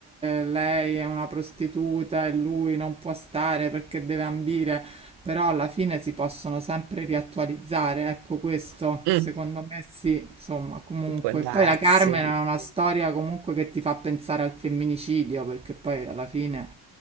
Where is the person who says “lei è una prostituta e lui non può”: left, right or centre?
Right